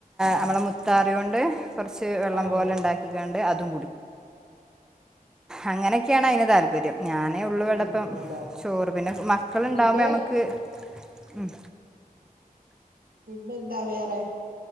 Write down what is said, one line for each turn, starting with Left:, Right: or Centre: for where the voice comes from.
Centre: നമ്മളെ മുത്താറി കൊണ്ട് കുറച്ച് വെള്ളം
Right: ആഹ്
Centre: പോലെ ഉണ്ടാക്കിക്കാണ്ട് വിടെ അതും അങ്ങനൊക്കെയാണ് അയ്ന് താല്പര്യം ഞാനേ ഉള്ളു എവിടപ്പം
Right: ഉം അതെ.
Centre: ചോറ് പിന്നെ മക്കൾ ഇണ്ടാവ്പോ
Right: പിന്നെ
Centre: നമക്ക് ഉം
Right: പിന്നെന്താ വേറെ